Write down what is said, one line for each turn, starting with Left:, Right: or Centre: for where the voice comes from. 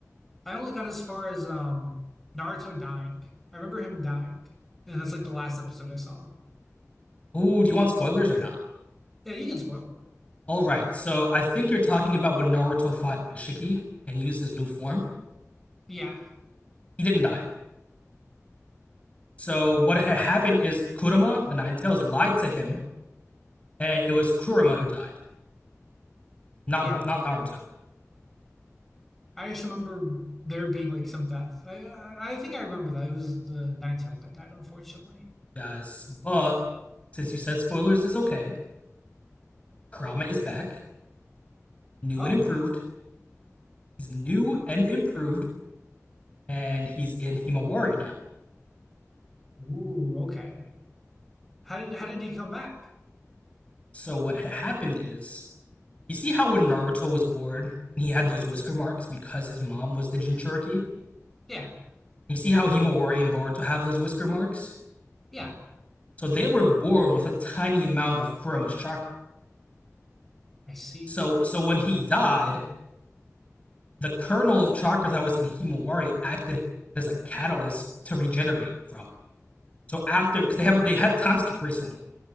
Centre: I only got as far as um Naruto dying. I remember him dying, and that's like the last episode I saw.
Left: Oh, do you want spoilers or not?
Centre: Yeah, you can spoil it.
Left: All right, so I think you're talking about when Naruto fought Ishiki and used his new form.
Centre: Yeah,
Left: He didn't die. So what had happened is Kurama, the Nine Tails, lied to him, and it was Kurama who died. Not
Centre: yeah.
Left: Bar- not Naruto.
Centre: I just remember there being like some death. I I I think I remember that it was the Ninetale that died, unfortunately.
Left: Yes, but since you said spoilers is okay, Kurama is back, new
Centre: Oh,
Left: and improved. He's new and improved, and he's in Himawari now.
Centre: ooh, okay. How did how did he come back?
Left: So what had happened is, you see how when Naruto was born and he had those whisker marks because his mom was the Jinchuriki.
Centre: Yeah,
Left: You see how Himawari and Boruto have those whisker marks.
Centre: yeah,
Left: So they were born with a tiny amount of Kurama's chakra.
Centre: I see.
Left: So so when he died, the kernel of chakra that was in Himawari acted as a catalyst to regenerate from. So after, because they have they had a time skip recently.